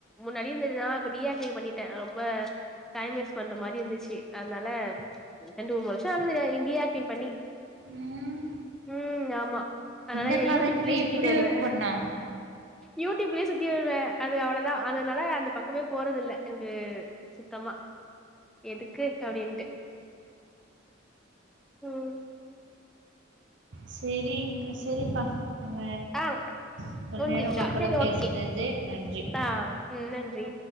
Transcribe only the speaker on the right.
ம்
இந்த காலத்துல
இப்டி
ஒரு பொண்ணா
சேரிங்க சேரிப்பா நம்ம
இவ்ளோ
நேரோ உங்க கூட
பேசுனது
நன்றி